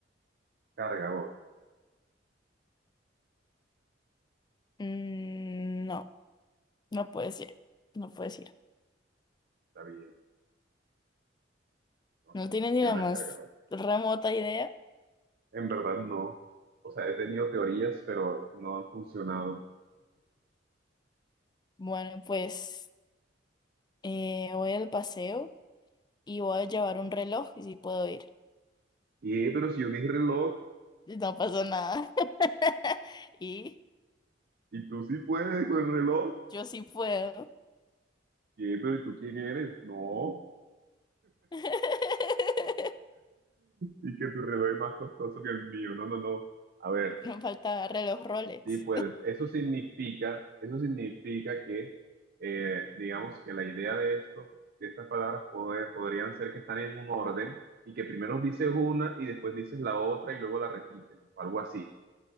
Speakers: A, on the right; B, on the left.
A: cargador,
B: Mm, no, no puedes ir. No puedes ir.
A: está bien No
B: No tienes
A: funciona
B: ni la más
A: el cargador.
B: remota idea.
A: En verdad no. O sea, he tenido teorías, pero no han funcionado.
B: Bueno, pues eh, voy al paseo y voy a llevar un reloj y sí puedo ir.
A: ¿Qué? Pero si yo dije reloj,
B: Y no pasó nada. <laughs> Y
A: y tú sí puedes con el reloj.
B: yo sí puedo.
A: ¿Qué? Pero ¿y tú quién eres? No. <laughs>
B: <laughs>
A: Y que tu reloj es más costoso que el mío. No, no, no. A ver,
B: Me faltaba reloj Rolex.
A: sí puedes. Eso significa, eso significa que, eh, digamos que la idea de esto, de estas palabras poder, podrían ser que están en un orden y que primero dices una y después dices la otra y luego la repites, o algo así.